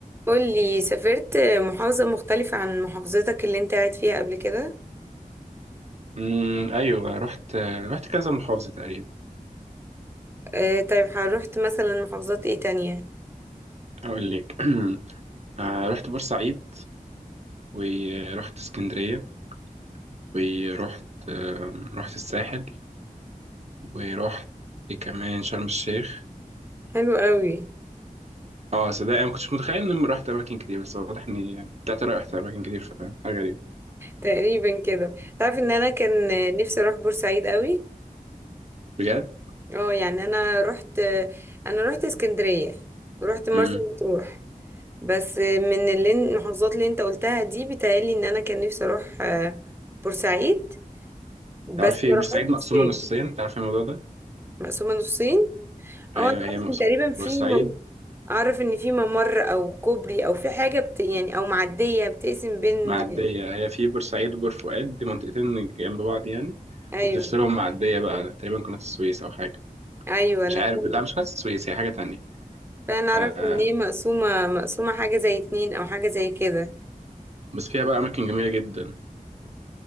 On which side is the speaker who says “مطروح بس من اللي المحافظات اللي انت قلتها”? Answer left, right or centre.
Right